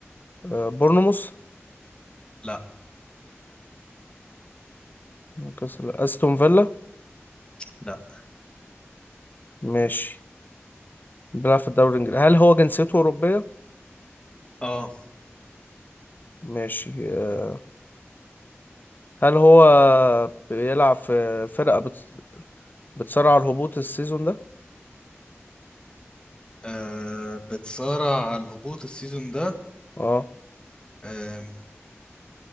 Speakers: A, on the left; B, on the left.
A: آه، بورنموث
B: لا
A: نيوكاسل أستون فيلا
B: لا
A: ماشي بيلعب في الدوري الإنجليزي هل هو جنسيته أوروبية؟
B: اه
A: ماشي آه، هل هو بيلعب في فرقة بت- بتصارع الهبوط السيزون ده؟
B: آه، بتصارع على الهبوط السيزون ده
A: اه
B: آم،